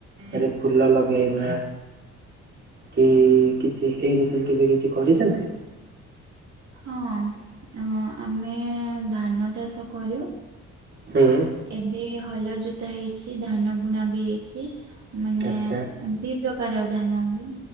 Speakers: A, on the right; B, on the right.
A: ଏରେ ଫୁଲ ଲଗେଇବା। କି କିଛି ଏଇମତି କେବେ କିଛି କରିଛନ୍ତି?
B: ହଁ ଆମେ ଧାନ ଚାଷ କରୁ।
A: ହୁଁ
B: ଏବେ ହଲ ଜୋତା ହେଇଛି ଧାନ ବୁଣା ବି ହେଇଛି। ମାନେ
A: ଆଚ୍ଛା
B: ଦି ପ୍ରକାର ଧାନ ହୁଏ